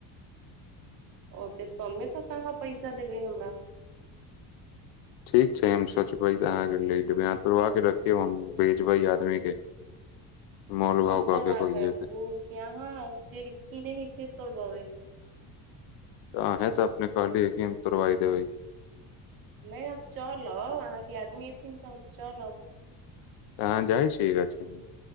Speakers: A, on the right; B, on the left.
A: ओत कमे कऽ काँ पैसा देबै हमरा
B: ठीक छै हम सोचबै त अहाँ के ले जेबै अह तोड़ के रखियौ हम भेजबै आदमी के <unintelligible> मोल भाव
A: आम तोड़बाक
B: कऽ के होइ
A: रखु
B: जेतै
A: कि अहाँ जे खेने थिए से तोड़बबे
B: त अहे त अपने कहली ह की तोरवा देबै
A: नहि हम चलब अहाँके आदमी एथिन तऽ हम चलब
B: अहाँ जाइ छीए गाछी मे